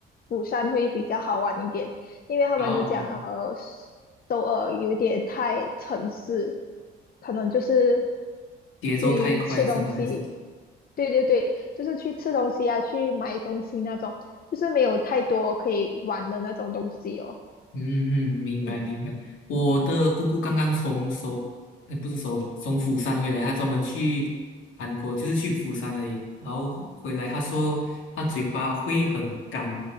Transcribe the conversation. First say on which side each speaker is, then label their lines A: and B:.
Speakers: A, on the left; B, on the left.
A: 釜山会比较好玩一点，因为他们就讲，
B: 哦哦，
A: 呃，首尔有点太城市，可能就是
B: 节奏太快是吗？
A: 去吃东西，
B: 还是？
A: 对对对，就是去吃东西啊，去买东西那种，就是没有太多可以玩的那种东西哦。
B: 嗯嗯，明白明白。
A: 嗯，
B: 我的姑姑刚刚从首，呃，不是首从釜山回来，她专门去韩国，就是去釜山而已。然后回来，她说她嘴巴会很干，